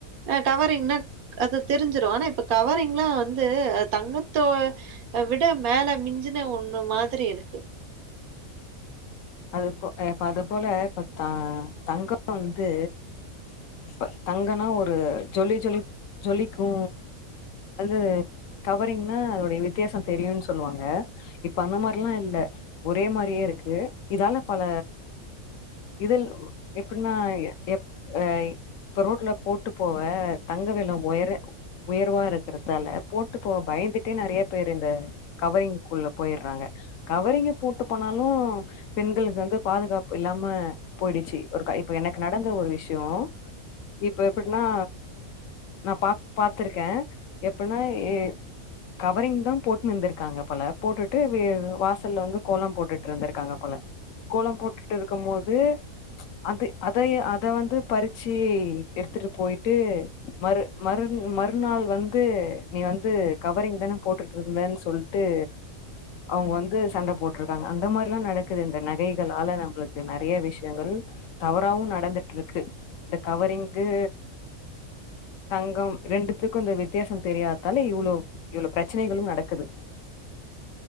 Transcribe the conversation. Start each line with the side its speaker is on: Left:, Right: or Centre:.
Right: ஆ கவரிங்னா அது தெரிஞ்சுரு ஆனா இப்ப கவரிங்லா வந்து அது தங்கத்தோ விட மேல மிஞ்சின ஒண்ணு மாதிரி இருக்கு
Left: அது இப்ப இப்போ அது போல இப்போ த தங்கம் வந்து இப்ப தங்கன்னா ஒரு ஜொலி ஜொலிக் ஜொலிக்கு வந்து கவரிங்ன்னா அதோடய வித்தியாசம் தெரியுன்னு சொல்லுவாங்க இப்ப அந்த மாதிரில்லா இல்ல ஒரே மாரி அப்டியேருக்கு இதால பல இதில் எப்ட்னா எப் அ இப்ப ரோட்ல போட்டு போவ தங்க வெல ஒயர உயர்வா இருக்கிறதுதால போட்டு போ பயந்துட்டே நெறைய பேர் இந்த கவரிங்குல்ல போய்றாங்க கவரிங்க போட்டு போனாலும் பெண்களுக்கு வந்து பாதுகாப்பு இல்லாம போயிடுச்சு ஒருக்கா இப்ப எனக்கு நடந்த ஒரு விஷயம் இப்போ எப்டினா நா பா பாத்ருக்கே எப்டின்னா எ கவரிங் தா போட்ன்னு இந்துருக்காங்க போல போட்டுட்டு வே வாசல்ல வந்து கோலம் போ ட்ரு இருந்துருக்காங்க போல கோலம் போட்டுட்டு இருக்கும் போது அந்த அதய அத வந்து பறிச்சி எடுத்துட்டு போயிட்டு மறு மறுந் மறுநாள் வந்து நீ வந்து கவரிங் தான போட்டுட்டு இருந்தன் சொல் ட்டு அவுங்க வந்து சண்ட போட்ருக் பாங்க அந்த மாரிலா நடக்குது இந்த நகைகள்ளாள நம்ளுக்கு நெறைய விஷ்யங்கள் தவறாவும் நடந்துட்ருக்கு இந்த கவரிங்கு தங்கம் ரெண்டுத்துக்கு இந்த வித்தியாசோ தெரியாததால இவ்ளோ இவ்ளோ பிரச்சனைகளு நடக்குது